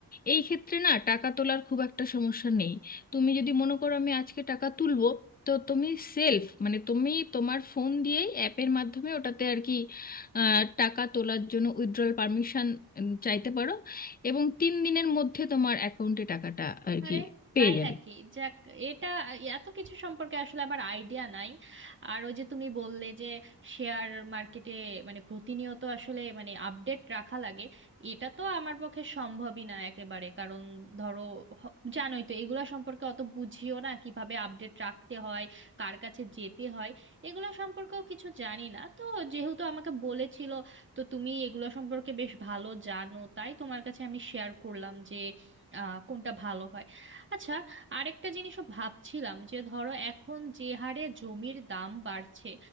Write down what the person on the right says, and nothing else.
আরে
তাই
নাকি যাক এটা এত কিছু সম্পর্কে আসলে আমার আইডিয়া নাই আর ওই যে তুমি বললে যে শেয়ার মার্কেটে মানে প্রতিনিয়ত আসলে মানে আপডেট রাখা লাগে এটা তো আমার পক্ষে সম্ভবই না একেবারে কারণ ধরো হ- জানোই তো এগুলা সম্পর্কে অত বুঝিও না কিভাবে আপডেট রাখতে হয় কার কাছে যেতে হয় এগুলো সম্পর্কেও কিছু জানি না তো যেহেতু আমাকে বলেছিল তো তুমি এগুলো সম্পর্কে বেশ ভালো জানো তাই তোমার কাছে আমি শেয়ার করলাম যে আহ কোনটা ভালো হয় আচ্ছা আরেকটা জিনিসও ভাবছিলাম যে ধরো এখন যে হারে জমির দাম বাড়ছে